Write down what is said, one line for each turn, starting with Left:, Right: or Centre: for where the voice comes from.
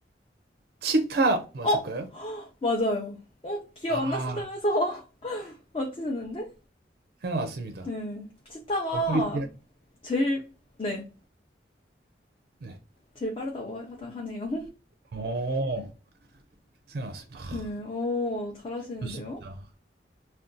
Right: 치타 맞을까요?
Left: 어, 맞아요. 어, 기억
Right: 아,
Left: 안 나신다면서 <laughs> 맞히셨는데?
Right: 생각났습니다.
Left: 네. 치타가
Right: 엄프리티안.
Left: 제일, 네,
Right: 네.
Left: 제일 빠르다고 하, 하네요.
Right: 어, 생각났습니다.
Left: <laughs> 네, 어, 잘하시는데요?
Right: 좋습니다.